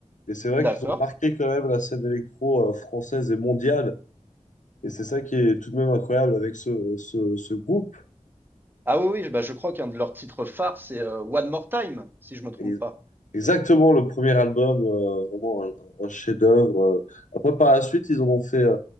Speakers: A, on the left; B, on the right.
A: Et c'est vrai
B: D'accord.
A: qu'ils ont marqué quand même la scène électro euh, française et mondiale. Et c'est ça qui est tout de même incroyable avec ce, ce, ce groupe.
B: Ah oui, oui, je- bah, je crois qu'un de leurs titres phares, c'est euh, One More Time, si je me trompe
A: Ex-
B: pas.
A: Exactement, le premier album, euh, vraiment un, un chef-d'œuvre. euh. Après, par la suite, ils en ont fait euh,